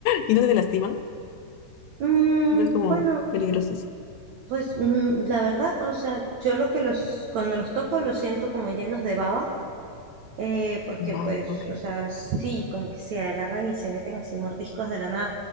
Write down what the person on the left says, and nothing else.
¿Y no te lastiman?
No es como
peligrosísimo.
Wow,
ok.